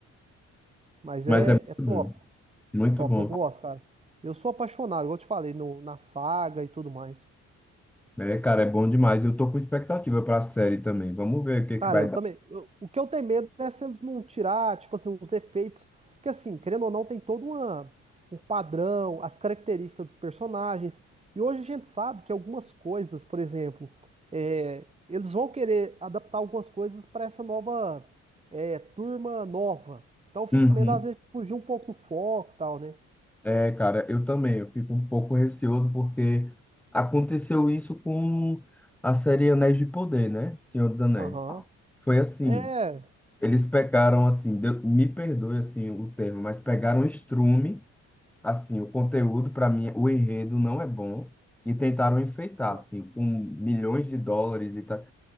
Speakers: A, on the right; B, in the centre.
A: Mas
B: Mas
A: é,
B: é muito
A: é top,
B: bom, muito
A: top.
B: bom.
A: Eu gosto, cara. Eu sou apaixonado, igual eu te falei, no, na saga e tudo mais.
B: É, cara, é bom demais. Eu tô com expectativa pra série também. Vamos ver o que
A: Cara,
B: que vai
A: eu também.
B: dar.
A: eu- o que eu tenho medo é se eles não tirar, tipo assim, os efeitos. Porque assim, querendo ou não, tem todo uma, um padrão, as características dos personagens. E hoje a gente sabe que algumas coisas, por exemplo, é, eles vão querer adaptar algumas coisas para essa nova, é, turma nova. Então eu fico
B: Uhum.
A: com medo, às vezes, de fugir um pouco do foco e tal, né?
B: É, cara, eu também. Eu fico um pouco receoso porque aconteceu isso com a série Anéis de Poder, né? Senhor dos Anéis.
A: Aham.
B: Foi assim,
A: É.
B: eles pegaram assim, deu- me perdoe assim o termo, mas pegaram o estrume, assim, o conteúdo para mim, o enredo não é bom e tentaram enfeitar
A: ah,
B: assim com milhões de dólares e tal.